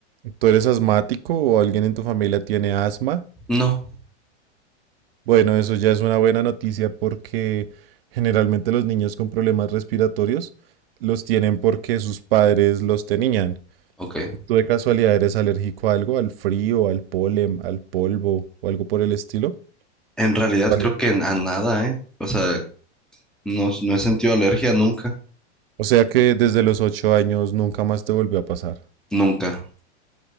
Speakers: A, on the right (about 55°); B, in the centre.
A: ¿Tú eres asmático o alguien en tu familia tiene asma?
B: No,
A: Bueno, eso ya es una buena noticia porque generalmente los niños con problemas respiratorios los tienen porque sus padres los tenían.
B: ok.
A: ¿Tú de casualidad eres alérgico a algo, al frío, al polen, al polvo o algo por el estilo?
B: En realidad
A: Vale.
B: creo que a nada, ¿eh? O sea, no, no he sentido alergia nunca,
A: O sea que desde los ocho años nunca más te volvió a pasar.
B: nunca.